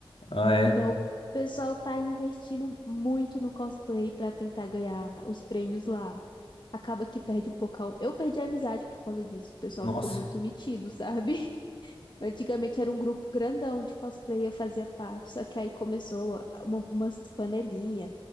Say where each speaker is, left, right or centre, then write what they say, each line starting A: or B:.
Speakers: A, on the left; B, on the left.
A: ah, é.
B: Então o pessoal tá investindo muito no cosplay para tentar ganhar os prêmios lá. Acaba que perde um pouco. a- Eu perdi a amizade por causa disso. O pessoal
A: Nossa.
B: ficou muito metido, <laughs> sabe? Antigamente era um grupo grandão de cosplay, eu fazia parte. Só que aí começou uma, umas panelinhas